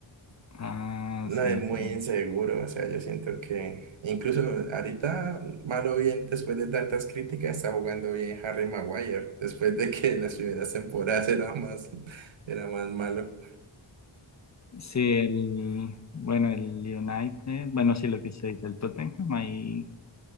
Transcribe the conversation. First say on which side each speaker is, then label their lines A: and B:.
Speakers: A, on the left; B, on the right.
A: Ah,
B: No,
A: sí,
B: es muy
A: sí.
B: inseguro, o sea, yo siento que incluso ahorita, malo bien, después de tantas críticas, está jugando bien Harry Maguire, después de que en las primeras temporadas <laughs> era más, era más malo.
A: Sí, el, bueno, el United, bueno, sí, lo que usted dice, el Tottenham ahí,